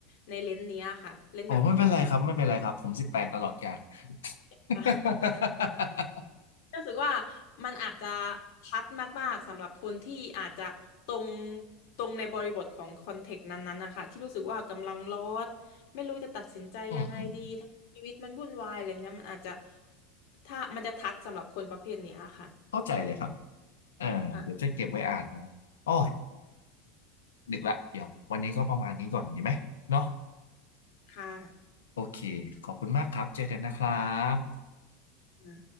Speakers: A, on the left; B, on the left.
A: ในเลนส์เนี้ยค่ะเลนส์แบบ
B: อ๋อไม่เป็นไรครับไม่เป็นไรครับผมสิบแปดตลอดกาล
A: <laughs>
B: <laughs>
A: รู้สึกว่ามันอาจจะทัดมากๆสำหรับคนที่อาจจะตรงตรงในบริบทของคอนเทกต์นั้นๆนะคะที่รู้สึกว่ากำลังร้อนไม่รู้จะตัดสินใจยังไงดีทั้งชีวิตมันวุ่นวายอะไรแบบเนี้ยมันอาจจะ
B: อืมอืม
A: ถ้ามันจะทัดสำหรับคนประเภทเนี้ยค่
B: เข้าใจเลยครับเออเดี๋ยวจะเก็บไว้อ่านนะอ๋อ
A: ะ
B: ดึกละเดี๋ยววันนี้ก็ประมาณนี้ก่อนดีไหมเนาะ
A: ค่ะ
B: โอเค ขอบคุณมากครับ เจอกันนะครับ
A: อ่า